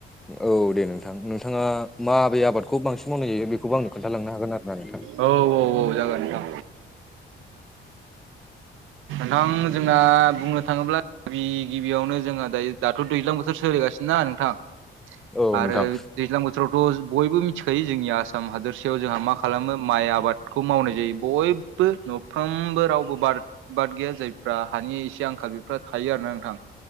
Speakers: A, in the centre; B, on the right.
A: औ दे नोंथां नोंथाङा मा आबै आबादखौ बांसिन मावनाय जायो बेखौ आंनो खोन्थालांनो हागोन आरो ना नोंथां
B: औ औ औ जागोन दा
A: <inaudible>
B: नोंथां जोंना बुंनो थाङोब्ला गिबि गिबियावनो जोंहा दायो दाथ' दैज्लां बोथोर सोलिगासिनोना नोंथां
A: औ
B: आरो
A: नोंथां
B: दैज्लां बोथोरावथ' बयबो मिथिखायो जोंनि आसाम हादोरसेयाव जोंहा मा खालामो माइ आबादखौ मावनाय जायो बयबो नफ्रोमबो रावबो बार बार्ट गैया जायफ्रा हानि एसे आंखाल बेफ थायो आरो ना नोंथां